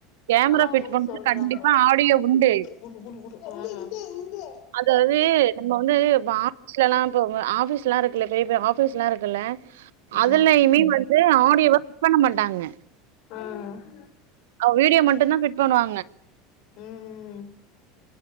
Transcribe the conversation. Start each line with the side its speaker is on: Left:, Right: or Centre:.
Right: கேமரா
Left: ஆனா அவுங்க
Right: ஃபிட்
Left: வந்து
Right: பண்ணது
Left: சொல்றாங்க
Right: கண்டிப்பா ஆடியோ உண்டு
Left: ம்
Right: அதாவது நம்ம வந்து இப்ப ஆபீஸ்ல்லா இருக்குல்ல பெரிய பெரிய ஆபி ஸுலாம் இருக்குல்ல
Left: ஆமா
Right: அதுலயுமே வந்து ஆடியோ பிட் பண்ண மாட்டாங்க
Left: ம்
Right: அவ வீடியோ மட்டுந்தா ஃபிட் பண்ணுவாங்க
Left: ம்